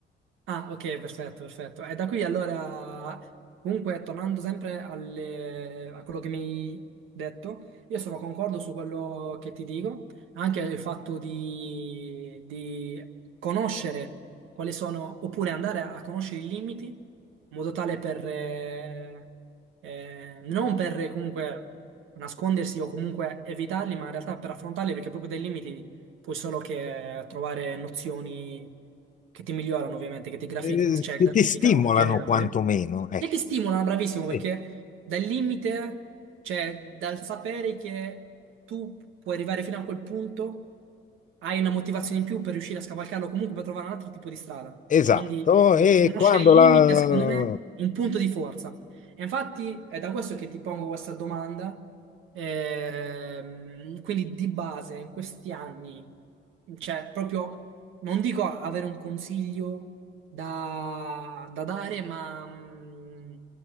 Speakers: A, on the right (about 85°); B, on the left (about 40°).
A: Ah, ok, perfetto, perfetto. E da qui allora, comunque, tornando sempre alle- a quello che mi hai detto, io sono concordo su quello che ti dico, anche il fatto di, di conoscere quali sono, oppure andare a conoscere i limiti, in modo tale per, eh, eh, non per comunque nascondersi o comunque evitarli, ma in realtà per affrontarli, perché proprio dai limiti puoi solo che trovare nozioni che ti migliorano ovviamente, che ti grafic-
B: eh,
A: cioè,
B: che
A: gratificano
B: ti stimolano
A: in generale
B: quantomeno. Ecco.
A: e ti stimolano, bravissimo,
B: Sì,
A: perché dal limite, cioè dal sapere che tu puoi arrivare fino a quel punto, hai una motivazione in più per riuscire a scavalcarlo comunque per trovare un altro tipo di strada.
B: esatto,
A: Quindi eh,
B: e
A: conoscere
B: quando
A: il
B: la...
A: limite, secondo me, è un punto di forza. E infatti è da questo che ti pongo questa domanda Ehm, quindi di base in questi anni, cioè proprio, non dico avere un consiglio da, da dare, ma mm,